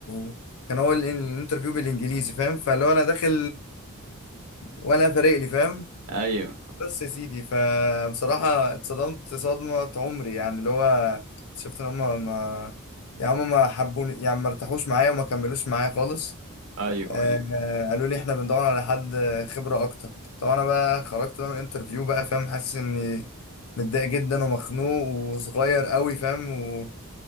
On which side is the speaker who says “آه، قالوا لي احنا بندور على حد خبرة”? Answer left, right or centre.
Left